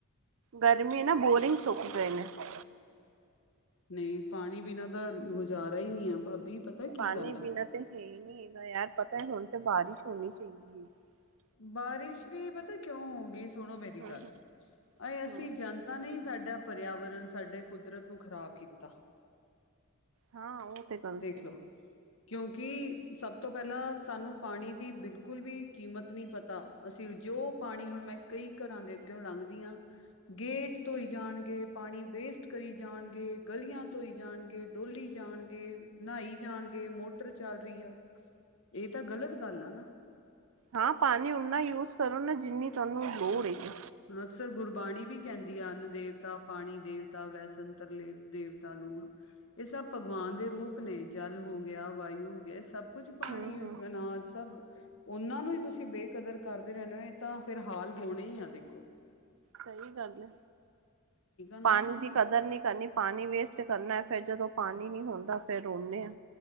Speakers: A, on the right; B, on the left.
A: ਗਰਮੀ ਨਾ ਬੋਰਿੰਗ ਸ <unintelligible>
B: ਨਈ ਪਾਣੀ ਬਿਨਾ ਤਾਂ ਗੁਜ਼ਾਰਾ ਈ ਨੀ ਆ ਭਾਬੀ। ਪਤਾ ਕੀ
A: ਪਾਣੀ
B: ਗੱਲ
A: ਬਿਨਾਂ
B: ਆ।
A: ਤੇ ਹੈ ਈ ਨੀ ਏ ਯਾਰ ਪਤਾ ਹੁਣ ਤੇ ਬਾਰਿਸ਼ ਹੋਣੀ ਚਾਈਦੀ <unintelligible>
B: ਬਾਰਿਸ਼ ਵੀ ਪਤਾ ਕਿਉਂ ਹੋਊਗੀ ਸੁਣੋ ਮੇਰੀ
A: ਹਮ
B: ਗੱਲ ਆਏ ਅਸੀਂ
A: ਹਮ
B: ਜਾ ਨਤਾ ਨੇ ਈ ਸਾਡਾ ਪਰਿਆਵਰਨ ਸਾਡੇ ਕੁਦਰਤ ਨੂੰ ਖ਼ਰਾਬ ਕੀਤਾ।
A: ਹਾਂ ਉਹ ਤੇ ਗੱਲ
B: ਦੇਖਲੋ
A: ਸਹੀ ਹੈ
B: ਕਿਉਂਕਿ ਸਭ ਤੋਂ ਪੈਲਾਂ ਸਾਨੂੰ ਪਾਣੀ ਦੀ ਬਿਲਕੁਲ ਵੀ ਕੀਮ ਤ ਨੀ ਪਤਾ ਅਸੀਂ ਜੋ ਪਾਣੀ ਹੁਣ ਮੈਂ ਕਈ ਘਰਾਂ ਦੇ ਅੱਗੇਓ ਲੰਘਦੀ ਆ ਗੇਟ ਧੋਈ ਜਾਣਗੇ, ਪਾਣੀ ਵੇਸਟ ਕਰੀ ਜਾਣਗੇ, ਗਲੀਆਂ ਧੋਈ ਜਾਣਗੇ ਡੋਲੀ ਜਾਣਗੇ ਨਾਈ ਜਾਣਗੇ ਮੋਟਰ ਚੱਲ ਰੀਆ। ਏ ਤਾਂ ਗ਼ਲਤ ਗੱਲ ਆ ਨਾ।
A: ਹਾਂ ਪਾਣੀ ਉਨਾ ਯੂਜ ਕਰੋ, ਨਾ ਜਿੰਨੀ ਤੁਹਾਨੂੰ ਲੋੜ ਹੈਗੀ।
B: ਹੁਣ ਅਕਸਰ ਗੁਰਬਾਣੀ ਵੀ ਕੈਂਦੀ ਆ ਅੰਨ ਦੇਵਤਾ, ਪਾਣੀ ਦੇਵਤਾ, ਵੈਸਤਰਲਵ ਦੇਵਤਾ ਲੂ ਏ ਸਭ ਭਗਵਾਨ ਦੇ ਰੂਪ ਨੇ ਜਲ ਹੋ ਗਿਆ, ਵਾਯੂ ਹੋ ਗਿਆ ਸਭ ਕੁਝ ਪਾਣੀ,
A: ਹੂੰ ਹੂੰ
B: ਅਨਾਜ। ਸਭ ਓਨਾਂ ਨੂੰ ਈ ਤੁਸੀਂ ਬੇਕਦਰ ਕਰਦੇ ਰੈਨੇ ਓ ਏ ਤਾਂ ਫਿਰ ਹਾਲ ਹੋਣੇ ਈ ਆ ਦੇ <unintelligible>
A: ਸਈ ਗੱਲ ਐ,
B: ਨਾ
A: ਪਾਣੀ ਦੀ ਕਦਰ ਨੀ ਕਰਨੀ ਪਾਣੀ ਵੇਸਟ ਕਰਨਾ ਫੇਰ ਜਦੋਂ ਪਾਣੀ ਨੀ ਹੁੰਦਾ ਫੇਰ ਰੋਂਨੇ ਆ